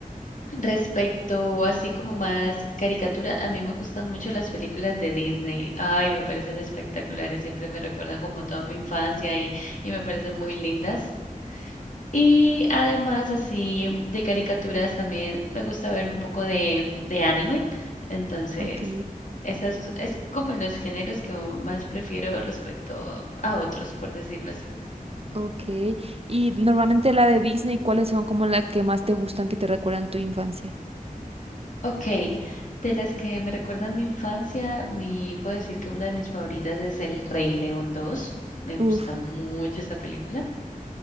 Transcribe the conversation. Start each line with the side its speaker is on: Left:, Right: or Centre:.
Left: respecto así como más caricatura, a mí me gustan mucho las películas de Disney. Ay, me parecen espectaculares, siempre me recuerdan como toda mi infancia y, y me parecen muy lindas. Y además así de caricaturas también me gusta ver un poco de, de anime. Entonces,
Right: Ok,
Left: esas es como los géneros que más prefiero respecto a otros, por decirlo así.
Right: ok. Y normalmente la de Disney, ¿cuáles son como las que más te gustan que te recuerdan tu infancia?
Left: Ok, de las que me recuerdan mi infancia, mi, puedo decir que una de mis favoritas es El Rey León dos Me
Right: Uf,
Left: gusta mucho esta película.